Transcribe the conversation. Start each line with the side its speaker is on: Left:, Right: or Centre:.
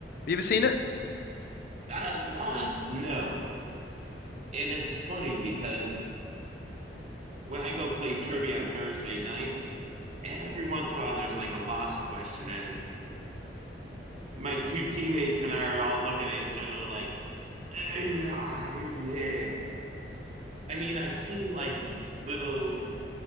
Left: you ever seen it?
Right: Uh Lost? No. And it's funny because when I go play trivia on Thursday nights, every once in a while there's like a lost question and my two teammates and I are all looking at each other like <sighs> Yeah, yeah. I mean, I've seen like little